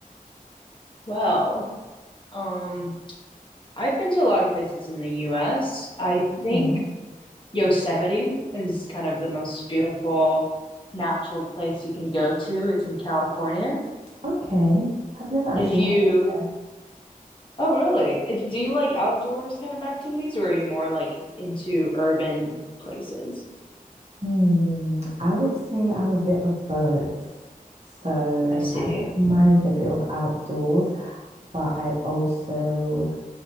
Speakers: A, on the left (about 35°); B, on the right (about 45°).
A: Well, um, I've been to a lot of places in the US. I think
B: Okay.
A: Yosemite is kind of the most beautiful natural place you can go to. It's in California.
B: Okay. I've never actually
A: If you,
B: heard of that.
A: oh, really? If do you like outdoors kind of activities, or are you more like into urban places?
B: Hmm. I would say I'm a bit of both. So
A: I see.
B: I don't mind a bit of outdoors, but I also